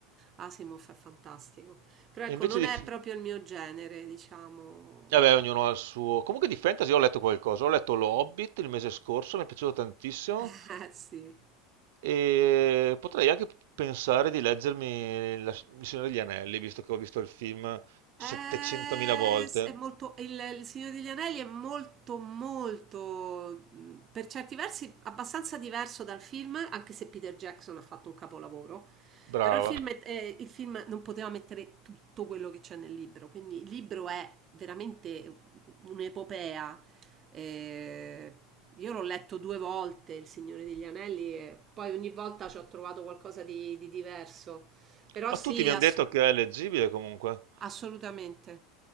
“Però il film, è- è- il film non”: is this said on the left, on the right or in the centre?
Right